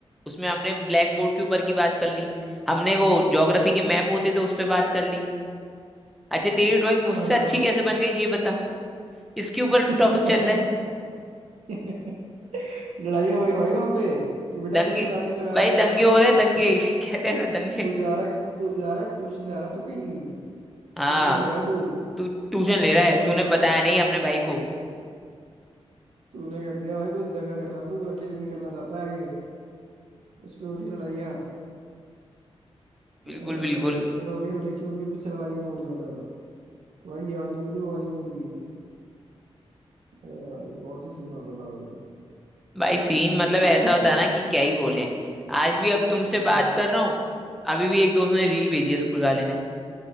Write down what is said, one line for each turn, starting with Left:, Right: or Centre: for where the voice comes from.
Centre: उसमें हमने ब्लैक बोर्ड के ऊपर की बात कर ली हमने वो ज्योग्राफी के मैप होते थे उस पर बात कर ली अच्छा तेरी ड्राइंग
Right: हाँ,
Centre: मुझसे अच्छी
Right: उस
Centre: कैसे बन गई ये बता इसके ऊपर
Right: <laughs>
Centre: टॉपिक चल रहा है
Right: <laughs> <laughs> लड़ाइयाँ हो रही है भाई वहां पे कि बेटा
Centre: दंगे
Right: तूने क्लासेस लगा रखी
Centre: भाई
Right: है बाद
Centre: दंगे
Right: में
Centre: हो रहे हैं दंगे
Right: तो
Centre: <laughs> कहते हैं ना दंगे
Right: तू जा रहा है तू जा रहा है ट्यूशन जा रहा है तू कहीं
Centre: हाँ
Right: कोचिंग ले रहा है तू
Centre: तू ट्यूशन ले रहा है
Right: आ गया
Centre: तूने
Right: उधर
Centre: बताया नहीं अपने भाई को
Right: <laughs> तूने कर दिया भाई कुछ दगा कर रहा है, तू अकेले निकलना चाहता है आगे उस पे हो रही लड़ाइयाँ
Centre: बिल्कुल
Right: अरे
Centre: बिल्कुल
Right: भाई फिर हो रही है लड़कियों के पीछे लड़ाइयाँ हो रही हैं फिर भाई ये वाली मेरी वो वाली मेरी अरे भाई बहुत ही सीन होता था भाई
Centre: भाई सीन मतलब
Right: सही
Centre: ऐसा
Right: था भाई
Centre: होता है ना कि क्या ही बोले आज भी अब तुमसे
Right: हम्म,
Centre: बात कर रहा हूँ अभी भी एक दोस्त ने रील भेजी है स्कूल वाले ने